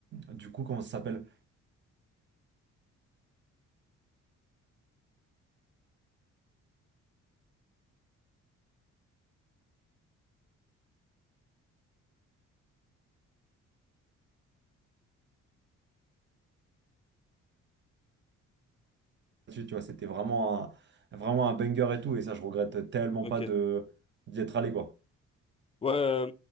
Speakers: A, on the right; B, on the left.
A: du coup, comment ça s'appelle? Tu tu vois, c'était vraiment un, vraiment un banger et tout, et ça, je regrette tellement
B: ok.
A: pas de d'y être allé quoi.
B: Ouais, euh,